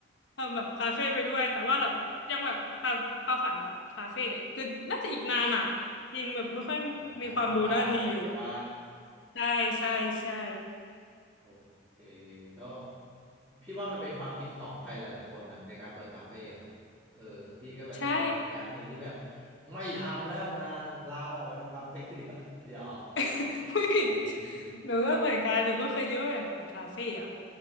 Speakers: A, on the left; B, on the right.
A: ทำแบบคาเฟ่ไปด้วยแต่ว่าแบบยังแบบความความฝันแบบคาเฟ่เนี่ยคือน่าจะอีกนานอ่ะจริงแบบไม่ค่อยมีความรู้ด้านนี้เยอะ
B: อ่าบ้านปลายใช่ปะ
A: ใช่ใช่ใช่
B: โอเคก็พี่ว่ามันเป็นความคิดของใครหลายๆคนนะในการเปิดคาเฟ่อะเออพี่ก็แบบเคยมีแอปหนึ่งที่แบบ
A: ใช่
B: ไม่ทำแล้วงานลาออกไปทำคาเฟ่ <laughs> ดีกว่าหยอก
A: <laughs> อุ้ย
B: ใช่ไม่จริง
A: หนูก็เหมือนกันหนูก็เคยคิดว่าแบบเปิดคาเฟ่อะ